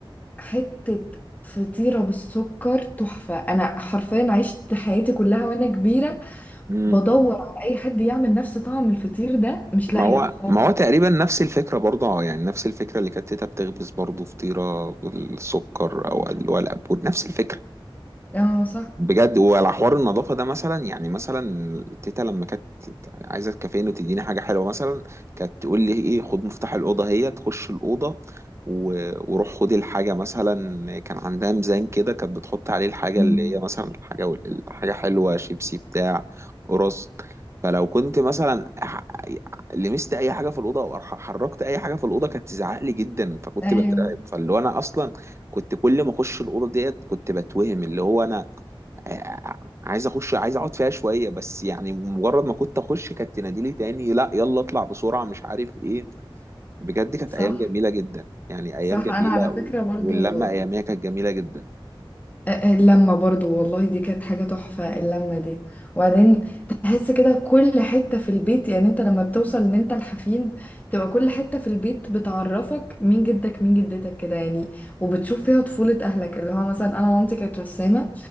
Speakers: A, on the left; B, on the right.
A: حتة فطيرة بالسكر تحفة انا حرفيا عشت حياتي كلها وانا كبيرة
B: مم.
A: بدور على اي حد يعمل نفس طعم الفطير ده مش لاقية
B: ما هو
A: خالص
B: ما هو تقريبا نفس الفكره برضه آه، يعني نفس الفكره اللي كانت تيتا بتخبز برضه فطيره بالسكر او اللي هو الابور نفس الفكره
A: اه صح
B: بجد وعلى حوار النظافة ده مثلا يعني مثلا تيتا لما كانت عايزة تكافئني وتديني حاجة حلوة مثلا كانت تقول لي ايه خد مفتاح الأوضة هي تخش الأوضة و- وروح خد الحاجة مثلا كان عندها ميزان كده كانت بتحط عليه الحاجة
A: مم.
B: اللي هي مثلا الحاجة وال- الحاجة حلوة شيبسي بتاع قرص فلو كنت مثلا ح- لمست اي حاجه في الاوضه او ح- حركت اي حاجه في الاوضه كانت تزعق لي جدا فكنت
A: ايوه
B: بترعب فاللي هو انا اصلا كنت كل ما اخش الاوضه ديت كنت بتوهم اللي هو انا آه، عايز اخش عايز اقعد فيها شويه بس يعني مجرد ما كنت اخش كانت تناديلي تاني لا يلا اطلع بسرعه مش عارف ايه بجد كانت
A: صح
B: ايام جميله جدا يعني ايام
A: صح
B: جميله
A: انا على فكرة
B: و-
A: برضو
B: واللمه اياميها كانت جميله جدا
A: اللمة برضو والله دي كانت حاجة تحفة اللمة دي وبعدين تحس كده كل حتة في البيت يعني انت لما بتوصل ان انت الحفيد تبقى كل حتة في البيت بتعرفك مين جدك مين جدتك كده يعني وبتشوف فيها طفولة اهلك اللي هو مثلا انا مامتي كانت رسامة